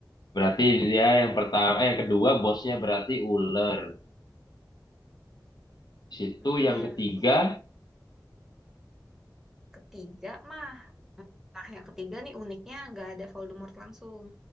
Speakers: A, on the left; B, in the centre.
A: Berarti dia yang pertama, eh yang kedua bosnya berarti ular. Di situ
B: Mm-mm.
A: yang ketiga,
B: Ketiga mah, nah yang ketiga nih uniknya nggak ada Voldemort langsung,